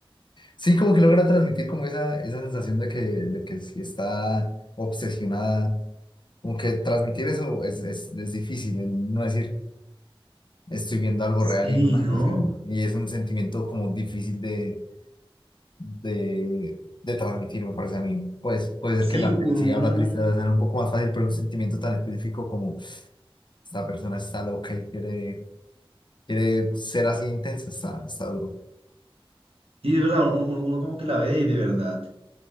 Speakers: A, on the left; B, on the right.
A: Sí, como que logra transmitir como esa, esa sensación de que, de que sí está obsesionada. Como que transmitir eso es, es, es difícil, el no decir estoy viendo algo
B: Sí,
A: real en una
B: ¿no?
A: actuación. Y es un sentimiento como difícil de, de, de transmitir, me parece a mí. Pues puede
B: Sí,
A: ser que la
B: uno.
A: felicidad o la tristeza sean un poco más fácil, pero un sentimiento tan específico como esta persona está loca y quiere, quiere ser así intensa, está, está duro.
B: Sí, es verdad, uno, uno- uno como que la ve y de verdad.